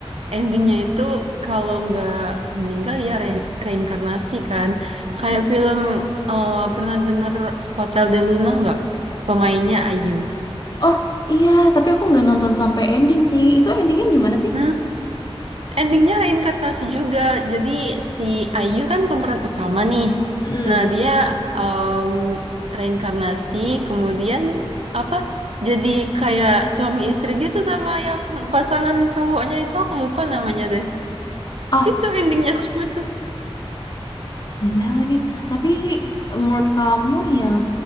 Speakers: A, on the right (about 75°); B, on the left (about 40°).
A: endingnya itu kalau nggak meninggal ya re- reinkarnasi kan. Kayak
B: Mm.
A: film eh, pernah denger Hotel de Luna nggak? Pemainnya Ayu.
B: Oh iya, tapi aku nggak nonton sampai ending sih. Itu endingnya gimana sih?
A: Hmm, endingnya reinkarnasi juga. Jadi si Ayu kan pemeran utama nih.
B: Mm-mm.
A: Nah dia em, reinkarnasi kemudian apa? Jadi kayak suami istri gitu sama yang pasangan cowoknya itu aku lupa namanya deh.
B: Ah,
A: Itu endingnya sama tuh.
B: iya lagi. Tapi menurut kamu yang